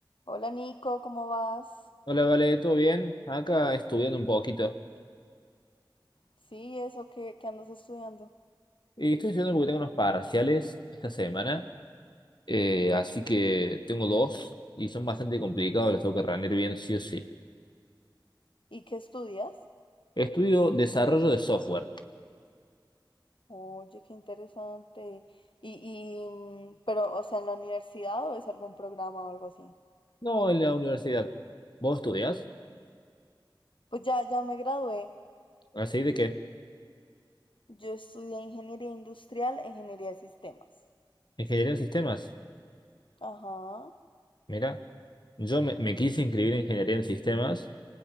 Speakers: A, on the left (about 85°); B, on the left (about 60°).
A: Hola Nico, ¿cómo vas?
B: Hola, vale, ¿todo bien? Acá estudiando un poquito.
A: Sí, eso que, que andas estudiando.
B: Y estoy estudiando porque tengo unos parciales esta semana, eh, así que tengo dos y son bastante complicados, los tengo que rendir bien sí o sí.
A: ¿Y qué estudias?
B: Estudio desarrollo de software,
A: Oye, qué interesante. Y, y, mm, pero, o sea, ¿en la universidad o es algún programa o algo así?
B: no en la universidad. ¿Vos estudias?
A: Pues ya, ya me gradué.
B: ¿Así de qué?
A: Yo estudié ingeniería industrial e ingeniería de sistemas.
B: ¿Ingeniería en sistemas?
A: Ajá.
B: Mira, yo me, me quise inscribir en ingeniería en sistemas,